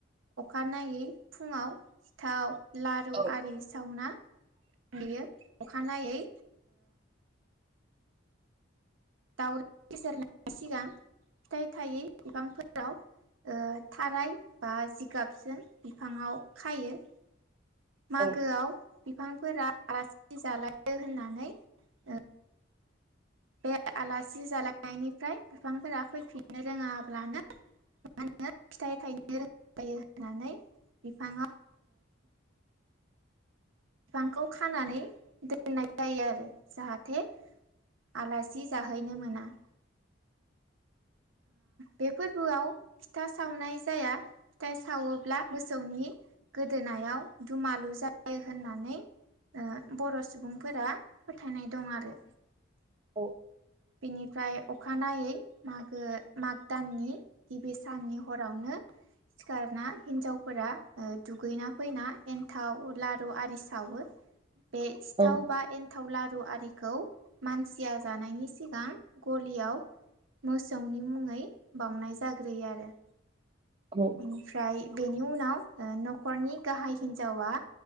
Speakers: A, on the right; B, on the right.
A: अखानाययै फुङाव थाव लारु
B: औ
A: आरि सावना हयो अखानायै दाउ बेसेेरनायनि सिगां फिथाइ थायै बिफांफोराव थाराय बा जिगाबजों बिफांङाव खायो मागोआव
B: औ
A: बिफांफोरा आलासि जालायो होननानै ओ बे आलासि जालायनायनिफ्राय बिफांफोरा फैफिननो रोङाब्लानो मा होनो फिथाइ थायनो रों <inaudible> जायो होननानै बिफाङाव बिफांखौ खानानै दोन्नाय जायो आरो जाहाते आलासि जाहैनो मोना बे फोरबोआव फिथा सावनाय जाया फिथा सावोब्ला मोसौनि गोदोनायाव दुमालु जायो होननानै ओ बर' सुबुंफोरा फोथाय नाय दं आरो
B: <inaudible>
A: बनिफ्राय अखानायै मागो माग दाननि गिबि साननि हरावनो सिखारना हिन्जावफोरा ओ दुगैना फैना एन्थाव लारु आरि सावो बे सिथाव
B: औ
A: बा एन्थाव लारु आरिखौ मानसिया जानायनि सि गां गलियाव मोसौनि मुङै बावनाय जाग्रोयो आरो
B: औ
A: आमफ्राय बेनि उनाव न'खरनि गाहाय हिन्जावा